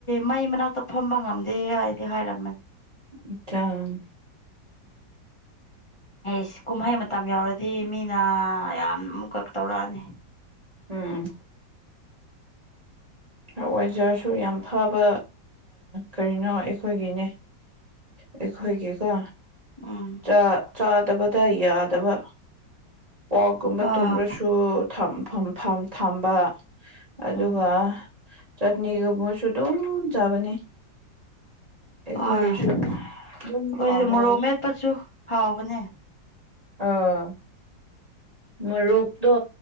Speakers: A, on the left; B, on the right.
A: ꯃꯩ ꯃꯅꯥꯛꯇ ꯐꯝꯕ ꯉꯝꯗꯦ ꯍꯥꯏꯗꯤ ꯍꯥꯏꯔꯝꯃꯅꯤ
B: ꯑꯆꯥ <unintelligible> <inaudible>
A: ꯑꯩꯁ ꯀꯨꯝꯍꯩ ꯃꯇꯝ ꯌꯥꯎꯔꯗꯤ ꯃꯤꯅ ꯌꯥꯝ ꯑꯃꯨꯛꯀ ꯇꯧꯔꯛꯑꯅꯤ
B: ꯎꯝ ꯑꯣꯏꯖꯔꯁꯨ ꯌꯥꯝ ꯐꯕ ꯀꯔꯤꯅꯣ ꯑꯩꯈꯣꯏꯒꯤꯅꯦ ꯑꯩꯈꯣꯏꯒꯤꯀꯣ
A: ꯎꯝ
B: ꯆꯥ ꯆꯥꯗꯕꯗ ꯌꯥꯗꯕ ꯄꯣꯛꯀꯨꯝꯕ
A: ꯑꯥ
B: ꯇꯨꯝꯈ꯭ꯔꯁꯨ ꯊꯝꯐꯝꯕꯝ ꯊꯝꯕ ꯑꯗꯨꯒ
A: ꯎꯝ
B: ꯆꯠꯅꯤꯒꯕꯨꯁꯨꯨꯗꯣꯡ ꯌꯥꯕꯅꯤ ꯑꯩꯈꯣꯏꯒꯨꯁꯨ
A: ꯍꯣꯏ ꯑꯩꯈꯣꯏꯗꯤ
B: ꯗꯨꯝ ꯄꯝꯃ‌ꯦ
A: ꯃꯣꯔꯣꯛ ꯃꯦꯠꯄꯁꯨ ꯍꯥꯎꯕꯅꯦ
B: ꯑꯑꯥ ꯃꯣꯔꯣꯛꯇꯣ